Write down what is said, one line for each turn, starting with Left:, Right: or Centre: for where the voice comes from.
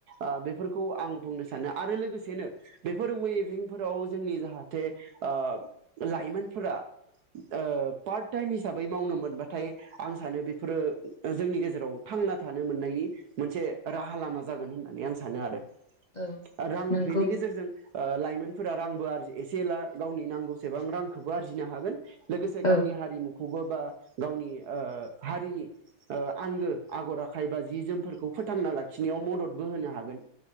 Right: ओ बेफोरखौ आं बुंनो सानो आरो लोगोसेनो बेफोर वेभिंफोराव जोंनि जाहाथे ओ लाइमोनफोरा ओ पार्ट टाइम हिसाबै मावनो मोनबाथाय आं सानो बेफोरो दा जोंनि गेजेराव थांना थानो मोननायनि मोनसे राहा लामा जागोन होना। होननानै आं सानो आरो
Left: औ
Right: आरो आं
Left: नंगौ
Right: बेनि गेजेरजों ओ लाइमोनफोरा रांबो आरजि एसे एला गावनि नांगौसेबां रांखौबो आरजिनो हागोन। लोगोसे गावनि
Left: औ
Right: हारिमु खौबो बा गावनि हारिनि आंगो आगर आखाइ बा जि जोमफोरखौ फोथांना लाखिनायाव मददबो होनो हागोन।